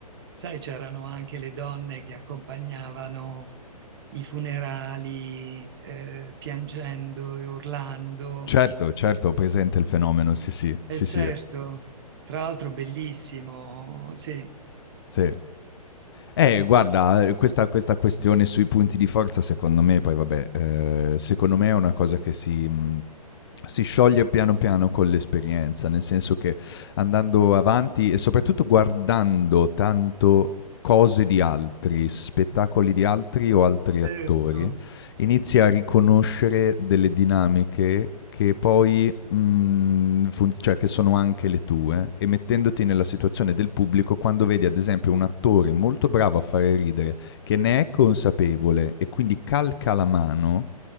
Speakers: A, on the right (about 40°); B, on the left (about 40°).
A: sai, c'erano anche le donne che accompagnavano i funerali eh, piangendo e urlando.
B: Certo, certo, ho presente il fenomeno, sì, sì, sì,
A: E
B: sì,
A: certo, tra l'altro bellissimo, sì,
B: sì. Eh, guarda, eh, questa, questa questione sui punti di forza, secondo me, poi vabbè, eh, secondo me è una cosa che si, mh, si scioglie piano piano con l'esperienza, nel senso che andando avanti e soprattutto guardando tanto cose di altri, spettacoli di altri o altri attori,
A: certo.
B: inizi a riconoscere delle dinamiche che poi, mhmm, fun cioè che sono anche le tue e mettendoti nella situazione del pubblico quando vedi ad esempio un attore molto bravo a fare ridere, che ne è consapevole e quindi calca la mano